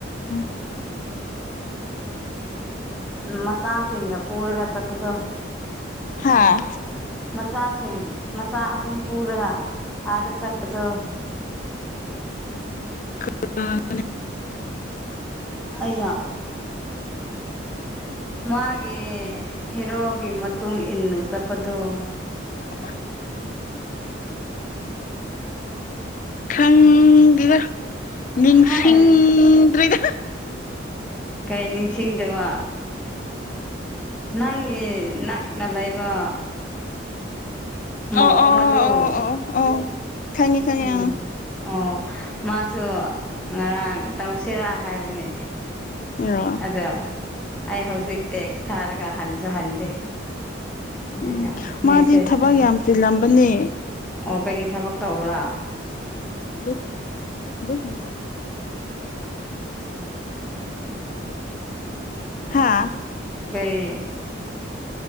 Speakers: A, on the left; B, in the centre.
A: <inaudible>
B: ꯃꯆꯥꯁꯤꯡꯒ ꯄꯣꯔꯒ ꯆꯠꯄꯗꯣ
A: ꯍꯥꯥ
B: ꯃꯆꯥꯁꯤꯡ ꯃꯆꯥ ꯑꯍꯨꯝ ꯄꯨꯔꯒ ꯑꯥꯗ ꯆꯠꯄꯗꯣ
A: <inaudible>
B: ꯑꯩꯌꯥ ꯃꯥꯒꯤ ꯍꯦꯔꯣꯒꯤ ꯃꯇꯨꯡ ꯏꯟꯅ ꯆꯠꯄꯗꯣ
A: <unintelligible> ꯈꯪꯗꯦꯗ ꯅꯤꯡꯁꯤꯡꯗ꯭ꯔꯤꯗ
B: ꯍꯥꯏ ꯀꯩ ꯅꯤꯡꯁꯤꯡꯗꯕ ꯅꯪꯒꯤ ꯅꯛꯅ ꯂꯩꯕ
A: ꯑꯣ
B: ꯃꯧ
A: ꯑꯣ
B: ꯑꯃꯗꯣ
A: ꯑꯣ ꯑꯣ ꯑꯣ ꯈꯪꯉꯦ ꯈꯪꯉꯦ
B: ꯎꯝ
A: ꯑꯪ
B: ꯑꯣ ꯃꯥꯁꯨ ꯉꯔꯥꯡ ꯇꯧꯁꯤꯔꯥ ꯍꯥꯏꯕꯅꯦ
A: ꯔꯣ
B: ꯑꯗꯣ ꯑꯩ ꯍꯧꯖꯤꯛ ꯇꯦꯛꯁ ꯊꯥꯔꯒ ꯍꯟꯁꯨ ꯍꯟꯗꯦ ꯑꯩꯅ
A: ꯎꯝ
B: ꯃꯦꯁꯦꯖ
A: ꯃꯥꯗꯤ ꯊꯕꯛ
B: ꯊꯥꯔꯒ
A: ꯌꯥꯝ ꯆꯤꯜꯂꯝꯕꯅꯦ
B: ꯑꯣ ꯀꯔꯤ ꯊꯕꯛ ꯇꯧꯕ꯭ꯔꯥ
A: <unintelligible> ꯍꯥꯥ
B: ꯀꯔꯤ